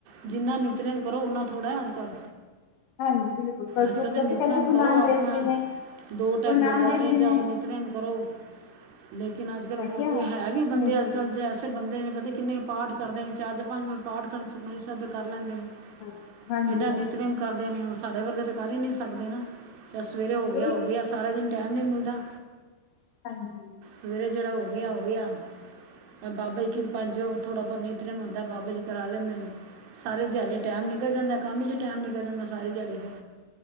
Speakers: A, on the right; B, on the left.
A: ਜਿੰਨਾ ਨਿਤਨੇਮ ਕਰੋ ਓਨਾ ਥੋੜ੍ਹਾ ਐ ਅੱਜ ਕੱਲ੍ਹ।
B: ਹਾਂਜੀ ਬਿਲਕੁਲ ਕਲਯੁੱਗ
A: ਅੱਜ ਕੱਲ ਤੇ
B: ਦਾ
A: ਨਿੱਤਨੇਮ
B: ਕਹਿੰਦੇ ਗੁਰੂ
A: ਕਰੋ
B: ਨਾਨਕ
A: ਆਪਣਾ
B: ਦੇਵ ਜੀ ਨੇ
A: ਦੋ ਟਾਈਮ
B: ਗੁਰੂ ਨਾਨਕ
A: ਗੁਰਦੁਆਰੇ
B: ਦੇਵ ਜੀ
A: ਜਾਓ।
B: ਨੇ
A: ਕਰਮ ਕਰੋ ਲੇਕਿਨ ਅਜ ਕਲ
B: ਮੈਂ ਕਿਹਾ
A: ਕੋਈ ਹੈ ਵੇ ਬੰਦੇ
B: ਹੂੰ ਹੂੰ
A: ਅਜ ਕਲ ਜੇ ਦੇ ਬੰਦੇ ਨੇ ਪਤਾ ਕਿੰਨੇ ਕੁ ਪਾਠ ਕਰਦੇ ਨੇ ਚਾਰ ਤੋ ਪੰਜ ਵਾਰ ਪਾਠ ਕਰ ਸੁਖਮਨੀ ਸਾਹਿਬ ਦੇ ਕਰ ਲੈਂਦੇ ਨੇ।
B: ਹਾਂ ਹਾਂਜੀ
A: ਏਡਾ
B: ਹਾਂਜੀ
A: ਨਿਤਨੇਮ ਕਰਦੇ ਨੇ ਉਹ ਸਾਡੇ ਵਰਗੇ ਤੇ ਕਰ ਹੀ ਨੀ ਸਕਦੇ ਨਾ। ਚੱਲ ਸਵੇਰੇ ਹੋ
B: ਹਾਂਜੀ
A: ਗਿਆ
B: ਉਹੀ
A: ਹੋ
B: ਨਾ
A: ਗਿਆ ਸਾਰਾ ਦਿਨ ਟਾਈਮ ਨੀ ਮਿਲਦਾ।
B: ਹਾਂਜੀ
A: ਸਵੇਰੇ ਜਿਹੜਾ ਹੋ ਗਿਆ ਹੋ ਗਿਆ ਬਾਬੇ ਦੀ ਕਿਰਪਾ ਜੋ ਥੋੜਾ ਬਹੁਤਾ ਨਿ ਜਿਨਾ ਹੁੰਦਾ ਬਾਬਾ ਜੀ ਕਰਾ ਲੈਂਦੇ ਨੇ ਸਾਰੇ ਦਿਹਾੜੀ
B: ਬਿਲਕੁਲ,
A: ਟਾਈਮ ਨਿਕਲ
B: ਹਾਂਜੀ
A: ਜਾਂਦਾ ਕੰਮ ਚ ਟੈਮ ਨਿਕਲ ਜਾਂਦਾ ਸਾਰੀ ਦਿਯਾੜੀ ਫੇਰ